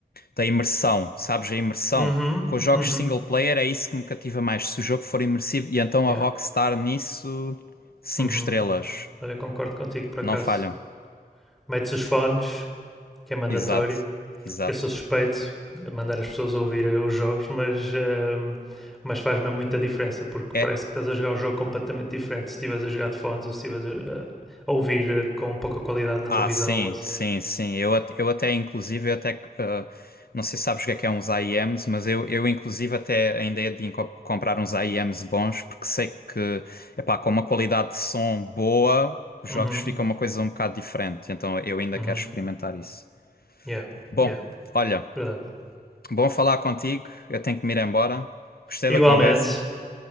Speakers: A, on the left; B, in the centre.
A: da imersão, sabes? A imersão.
B: Uhum,
A: Com os jogos
B: uhum,
A: single player é isso que me cativa mais. Se o jogo for imersivo, e então
B: yeah,
A: a Rockstar nisso, cinco
B: uhum.
A: estrelas.
B: Olha, eu concordo contigo por acaso.
A: Não falham.
B: Metes os fones, que é mandatório.
A: Exato, exato.
B: Eu sou suspeito a mandar as pessoas ouvir eh, os jogos, mas, ehm, mas faz mesmo muita diferença, porque
A: É,
B: parece que estás a jogar um jogo completamente diferente se estiveres a jogar de fones ou se estiveres a, a- a ouvir eh, com pouca qualidade na
A: ah,
B: televisão
A: sim,
B: ou assim.
A: sim, sim. Eu, at- eu até, inclusive, eu até, ah, não sei se sabes o que é que é uns IEMs, mas eu, eu inclusive, até a ideia de inco- comprar uns IEMs bons, porque sei que, epá, com uma qualidade de som boa, os
B: Uhum,
A: jogos ficam uma coisa um bocado diferente. Então, eu ainda
B: uhum,
A: quero experimentar isso.
B: yeah,
A: Bom,
B: yeah,
A: olha,
B: verdade.
A: bom falar contigo. Eu tenho que me ir embora. Gostei
B: Igualmente.
A: da conversa.